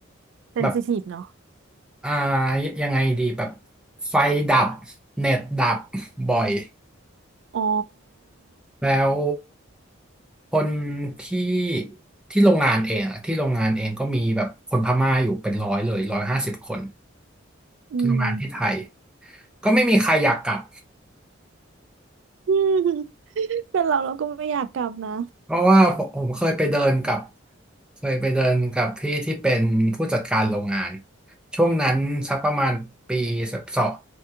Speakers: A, on the right; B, in the centre.
A: เซนซิทีฟเนาะ
B: แบบอ่ายังไงดีแบบไฟดับเน็ตดับบ่อย
A: อ๋อ
B: แล้วคนที่ที่โรงงานเองอะที่โรงงานเองก็มีแบบคนพม่าอยู่เป็นร้อยเลยร้อยห้าสิบคน
A: อืม
B: โรงงานที่ไทย
A: <laughs>
B: ก็ไม่มีใครอยากกลับ
A: อืมเป็นเราเราก็ไม่อยากกลับนะ
B: เพราะว่าผมผมเคยไปเดินกับเคยไปเดินกับพี่ที่เป็นผู้จัดการโรงงานช่วงนั้นสักประมาณปีสสอง